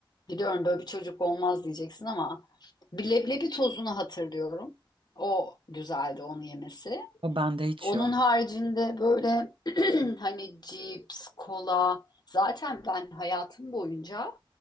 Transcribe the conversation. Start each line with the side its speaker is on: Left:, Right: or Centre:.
Left: Biliyorum böyle bir çocuk olmaz diyeceksin ama bir leblebi tozunu hatırlıyorum. O güzeldi onu yemesi.
Right: O bende hiç
Left: Onun
Right: yok.
Left: haricinde böyle <clears throat> hani cips, kola zaten ben hayatım boyunca